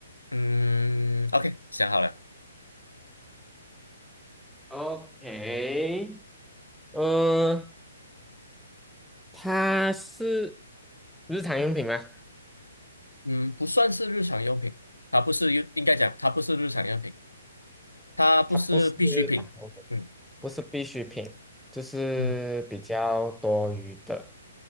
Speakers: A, on the left; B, in the centre.
A: 嗯，OK，想好了，
B: OK，呃，它是日常用品吗？
A: 嗯，不算是日常用品，它不是用，应该讲它不是日常用品，它不是必需品，
B: 它不是日常用品，
A: 嗯
B: 不是必需品，就是比较多余的，
A: 嗯，